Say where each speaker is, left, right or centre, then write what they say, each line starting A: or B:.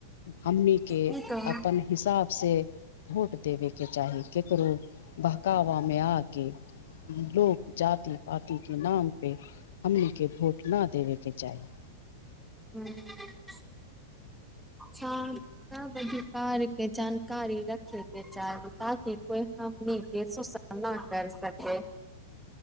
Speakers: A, on the left; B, in the centre.
A: हम्नी के
B: ई तऽ
A: अपन हिसाब से भोट देबे के चाही केकरो बहकावा में आ के लोक जाति पात के नाम पे हमनीके भोट न देबेके चाही
B: मेय <inaudible> अच्छा सब अधिकार के जानकारी रखे के चाहू ताकि कोई हमनी के सोसायटी ना कर सके